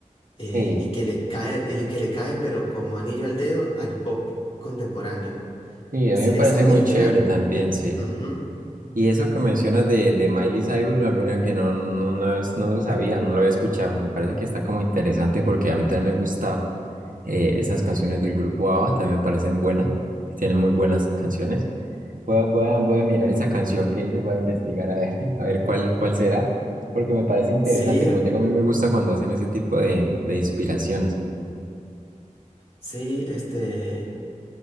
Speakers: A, on the left; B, on the right.
A: eh,
B: Sí,
A: y que le cae, y que le cae, pero como anillo al dedo, al pop contemporáneo.
B: sí, a
A: Si
B: mí me
A: de
B: parece
A: esa mezcla,
B: muy chévere también, sí.
A: ujú,
B: Y eso que mencionas de, de Miley Cyrus, la verdad que no, no, no, es- no lo sabía, no lo había escuchado. Me parece que está como interesante porque a mí también me gusta eh, esas canciones del grupo ABBA, también me parecen buenas, tienen muy buenas canciones. Voy a, voy a, voy a mirar esa canción que dices, voy a investigar a ver, <laughs> a ver cuál, cuál será, porque me parece interesante.
A: sí,
B: Como te digo, a mí me gusta cuando hacen ese tipo de, de inspiraciones.
A: sí, este,